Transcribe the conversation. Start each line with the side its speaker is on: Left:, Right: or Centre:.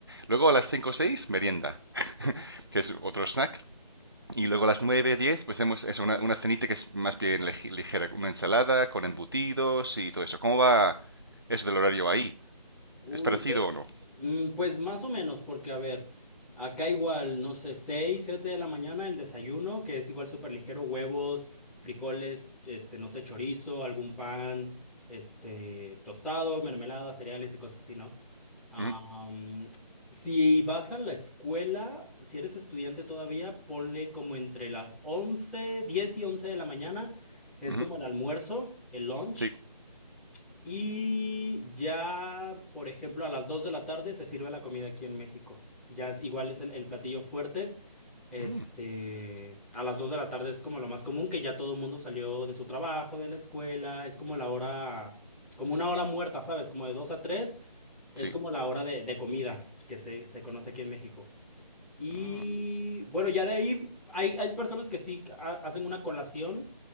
Right: Luego a las 5 o 6 merienda, que es otro snack. Y luego a las 9 10 pues hacemos eso, una, una cenita que es más bien lej- ligera, una ensalada con embutidos y todo eso. ¿Cómo va eso del horario ahí?
Centre: Uy,
Right: ¿Es parecido
Centre: usted,
Right: o no?
Centre: mm, pues más o menos, porque a ver, acá igual, no sé, 6 7 de la mañana el desayuno, que es igual súper ligero, huevos, frijoles, este, no sé, chorizo, algún pan, este, tostado, mermelada, cereales y cosas así, ¿no? Am,
Right: Mm,
Centre: si vas a la escuela, si eres estudiante todavía, ponle como entre las 11 10 y 11 de la mañana, es
Right: ujú,
Centre: como el almuerzo, el lunch.
Right: Sí.
Centre: Y ya, por ejemplo, a las 2 de la tarde se sirve la comida aquí en México. Ya es, igual es el, el platillo fuerte. Este,
Right: Mm,
Centre: a las 2 de la tarde es como lo más común, que ya todo el mundo salió de su trabajo, de la escuela. Es como la hora, como una hora muerta, ¿sabes? Como de 2 a 3 es
Right: sí.
Centre: como la hora de, de comida que se, se conoce aquí en México. Y
Right: Ah,
Centre: bueno, ya de ahí hay, hay personas que sí ha- hacen una colación